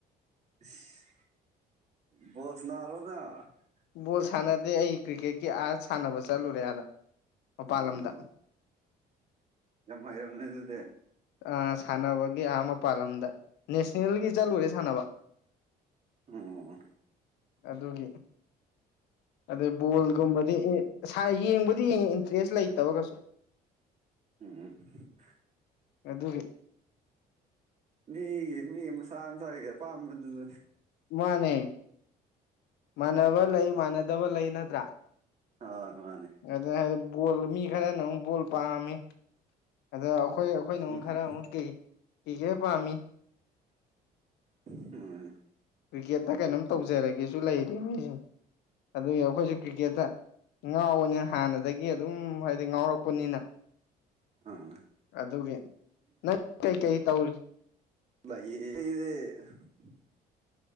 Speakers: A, on the right; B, on the left.
A: ꯏꯁ ꯕꯣꯜꯂ ꯁꯥꯟꯅꯕꯔꯥ ꯅꯪ <inaudible>
B: ꯐꯨꯠꯕꯣꯜ ꯁꯥꯟꯅꯗꯦ ꯑꯩ ꯀ꯭ꯔꯤꯛꯀꯦꯠꯀꯤ ꯑꯥ ꯁꯥꯟꯅꯕ ꯆꯠꯂꯨꯔꯦ ꯑꯥꯗꯥ ꯃꯄꯥꯜ
A: ꯎꯝ
B: ꯂꯝꯗ
A: ꯌꯥꯝ ꯍꯩꯔꯝꯃꯅꯤ ꯑꯗꯨꯗꯤ
B: ꯑ ꯁꯥꯟꯅꯕꯒꯤ ꯑꯥ ꯃꯄꯥꯥꯜꯂꯝꯗ ꯅꯦꯁꯅꯦꯜꯒꯤ ꯆꯠꯂꯨꯔꯦ ꯁꯥꯟꯅꯕ
A: ꯎꯝ
B: ꯑꯗꯨꯒꯤ ꯑꯗꯣ ꯕꯣꯜꯒꯨꯝꯕꯗꯤ ꯑꯩ ꯌꯦꯡꯕꯗꯤ ꯏꯟꯇꯔꯦꯁ ꯂꯩꯇꯕ ꯀꯩꯁꯨ
A: ꯎꯝ
B: ꯑꯗꯨ
A: ꯃꯤꯒꯤ ꯃꯤ ꯑꯃ ꯁꯥꯁꯥꯒꯤ ꯑꯄꯥꯝꯕꯗꯨꯗ
B: ꯃꯥꯅꯦ ꯃꯥꯟꯅꯕ ꯂꯩ ꯃꯥꯟꯅꯗꯕ ꯂꯩ ꯅꯠꯇ꯭ꯔꯥ
A: ꯍꯣꯏ ꯃꯥꯅꯦ
B: ꯑꯗ ꯍꯥꯏꯗꯤ ꯕꯣꯜ ꯃꯤ ꯈꯔꯅ ꯑꯃꯨꯛ ꯕꯣꯜ ꯄꯥꯝꯃꯤ ꯑꯗ ꯑꯩꯈꯣꯏ ꯑꯩꯈꯣꯏꯅ ꯑꯃꯨꯛ
A: ꯎꯝ
B: ꯈꯔ ꯑꯃꯨꯛ ꯀ ꯀꯤꯒꯦ ꯄꯥꯝꯃꯤ
A: ꯑꯝ
B: ꯀ꯭ꯔꯤꯀꯦꯠꯇ ꯀꯩꯅꯣꯝ ꯇꯧꯖꯔꯒꯦꯁꯨ ꯂꯩꯔꯤ ꯃꯤꯁꯤꯡ ꯑꯗꯨꯒꯤ ꯑꯩꯈꯣꯏꯁꯨ ꯀ꯭ꯔꯤꯛꯀꯦꯠꯇ ꯉꯥꯎꯕꯅꯤ ꯍꯥꯟꯅꯗꯒꯤ ꯑꯗꯨꯝ ꯍꯥꯏꯗꯤ ꯉꯥꯎꯔꯛꯄ ꯄꯨꯅꯤꯅ
A: ꯑꯥ
B: ꯑꯗꯨꯒꯤ ꯅꯪ ꯀꯩꯀꯩ ꯇꯧꯔꯤ
A: <unintelligible>